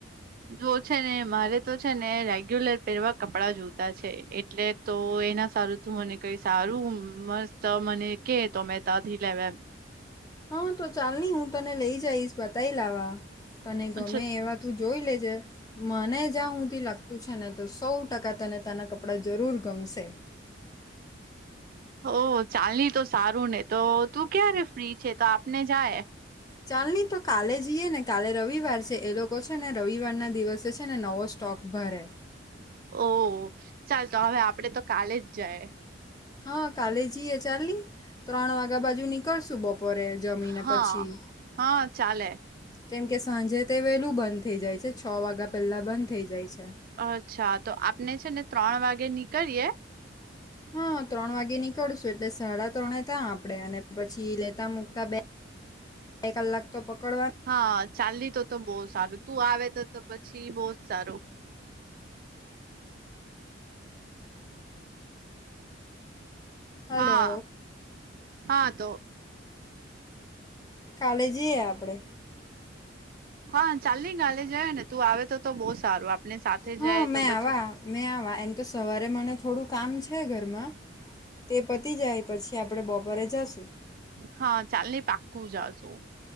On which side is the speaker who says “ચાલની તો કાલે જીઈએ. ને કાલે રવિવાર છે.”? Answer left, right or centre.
Left